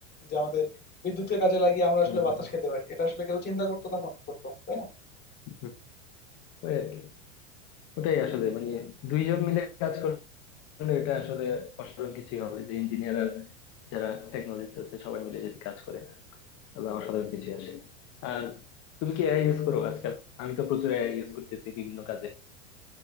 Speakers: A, on the left (about 25°); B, on the left (about 45°).
A: যে আমাদের বিদ্যুতের কাজে লাগিয়ে আমরা আসলে
B: হ্যাঁ
A: বাতাস
B: হ্যাঁ
A: খেতে পারি এটা আসলে কেউ চিন্তা করতো তখন করতো না, তাই না
B: হুম, ওই আর কি ওটাই আসলে মানে দুইজন মিলে কাজ করলে এটা আসলে অসাধারণ কিছুই হবে যে ইঞ্জিনিয়ার আর যারা টেকনোলজিস্ট আছে সবাই মিলে যদি কাজ করে তাহলে অসাধারণ কিছুই আসে আর তুমি কি এআই ইউজ করো আজকাল আমি তো প্রচুর এআই ইউজ করতেছি বিভিন্ন কাজে